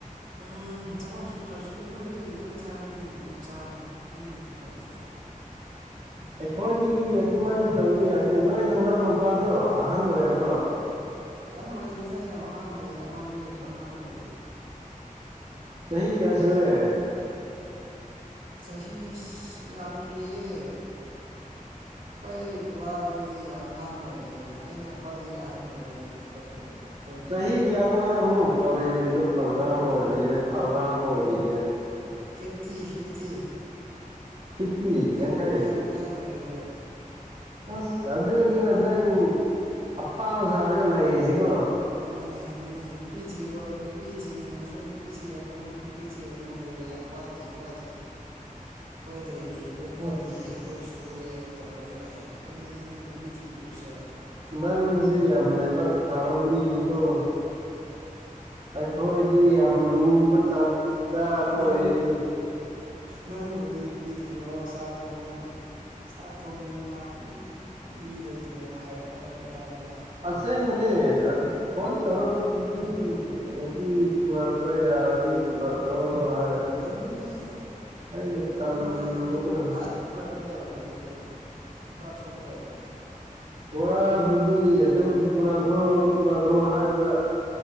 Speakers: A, on the right; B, on the right.
A: ꯎꯝ ꯊꯕꯛ ꯁꯨꯗ꯭ꯔꯁꯨ ꯌꯨꯝꯗꯒꯤ ꯑꯗꯨꯝ ꯊꯥꯔꯛꯄꯅꯤꯅ ꯑꯗꯨꯝ ꯆꯥꯕ ꯑꯗꯨꯝ ꯐꯪꯉꯦꯗ <unintelligible>
B: ꯑꯩꯈꯣꯏꯗꯤ ꯑꯗꯨꯃꯥꯏꯅ ꯇꯧꯕ ꯌꯥꯗꯦ ꯅꯣꯏ ꯃꯃꯥ ꯃꯄꯥꯗꯣ ꯑꯍꯟ ꯑꯣꯏꯔꯕꯣ
A: ꯑꯗꯨꯩꯅ ꯑꯣꯏꯖꯔꯤꯁꯦ ꯌꯥꯝ ꯑꯉꯥꯡ ꯑꯣꯏꯔꯤ ꯑꯩꯉꯣꯟꯗꯒꯤꯁꯨ ꯑꯉꯥꯡ ꯑꯣꯏꯔꯤ
B: ꯆꯍꯤꯍꯤ ꯀꯌꯥ
A: ꯑꯩꯅ
B: ꯁꯨꯔꯦ
A: ꯆꯍꯤ ꯌꯥꯝꯗ꯭ꯔꯤꯌꯦ ꯑꯩꯈꯣꯏ ꯕꯕꯥꯍꯣꯏꯗꯤ ꯑꯉꯥꯡ ꯑꯣꯏꯔꯤꯌꯦ ꯑꯩꯅ ꯈ꯭ꯋꯥꯏꯗꯒꯤ ꯑꯍꯟ ꯑꯣꯏꯗꯣꯏꯅꯦ ꯑꯩꯈꯣꯏ ꯈꯨꯟꯗ ꯑꯩꯈꯣꯏ
B: ꯆꯍꯤ
A: ꯌꯨꯝꯗ
B: ꯆꯍꯤ ꯀꯌꯥꯗ ꯍꯥꯏ ꯀꯔꯤ ꯑ ꯑꯣꯏꯔ ꯑꯥꯡ ꯑꯣꯏꯔꯔꯤ
A: ꯐꯤꯐꯇꯤ ꯐꯤꯐꯇꯤ
B: ꯐꯤꯞꯇꯤ
A: ꯌꯥꯝ
B: ꯌꯦꯡ ꯀꯥꯏ
A: ꯌꯥꯝ ꯑꯉꯥꯡ ꯑꯣꯏꯔꯤ ꯍꯣꯏ
B: ꯑꯁ ꯑ ꯑꯗꯨꯅꯤꯗ ꯑꯐꯥ ꯁꯥꯔꯒ ꯂꯩꯁꯤꯀꯣ
A: ꯍꯣꯏꯅꯦ ꯑꯗꯨꯅꯦ ꯅꯨꯄꯤ ꯊꯤꯔꯣ ꯅꯨꯄꯤ ꯊꯤꯅꯤꯡꯉꯁꯨ ꯅꯨꯄꯤ ꯊꯤꯔꯛꯀꯅꯨ ꯅꯨꯄꯤ ꯊꯤꯔꯅꯨ ꯌꯥꯝ ꯋꯥꯠꯂꯤ ꯋꯥꯠꯂꯤ ꯑꯩꯈꯣꯏ ꯂꯩꯔꯤꯌꯦ ꯑꯩꯈꯣꯏ
B: ꯑꯁ
A: ꯀꯜꯂꯤꯌꯦ ꯑꯩꯈꯣꯏ ꯁꯨꯑꯦꯅ ꯇꯧꯔ ꯂꯣꯏꯦ ꯑꯗꯨꯅꯅꯦꯅꯦ ꯅꯨꯄꯤ ꯊꯤꯗ꯭ꯔꯤꯁꯤ ꯆꯦ
B: ꯪꯁ ꯐꯕꯅꯤ ꯅꯀ ꯑꯩꯈꯣꯏꯗꯤ ꯌꯥꯝ ꯂꯨꯕ ꯇꯟꯖꯥꯗ ꯑꯣꯏꯔꯤꯅꯤ
A: ꯅꯪ ꯅꯪꯕꯨꯗꯤ ꯅꯨꯄꯤ ꯊꯤꯔꯛꯑꯣ ꯆꯥꯛ ꯊꯣꯡꯕ ꯆꯥꯛ ꯊꯣꯡꯕꯤꯅ ꯃꯥ ꯃꯤ ꯂꯩꯇ꯭ꯔꯦꯅ ꯍꯥꯏꯔ ꯍꯥꯏꯔꯛꯑꯦ ꯍꯥꯏꯇꯥꯔꯦ
B: ꯑꯁꯦꯡꯕꯅꯦ ꯐꯣꯟ ꯇꯧꯔꯛꯄ ꯈꯨꯗꯤꯡ ꯅꯨꯄꯤ ꯄꯨꯛ ꯂ ꯌꯥꯔꯗꯤ ꯄꯨꯔꯛ꯭ꯔꯣ ꯍꯥꯏ ꯑꯗꯨꯝ
A: ꯑꯗꯨꯅꯦ
B: ꯑꯩꯅ
A: ꯑꯗꯨ
B: ꯇꯝꯕ
A: ꯍꯥꯏꯔꯗꯤ
B: ꯀ
A: ꯐꯠ ꯊꯣꯛꯀꯗꯧꯕꯅꯤ ꯀꯩꯗꯣ ꯅꯨꯨꯄꯥ ꯊꯣꯛꯀꯗꯧꯕꯅꯤꯅꯦ
B: ꯋꯥꯕꯨꯗꯤ ꯑꯗꯨꯝ ꯄꯨꯔꯥ ꯈꯣ ꯄꯨꯔꯥ ꯈ꯭ꯔꯣ ꯍꯥꯏꯕ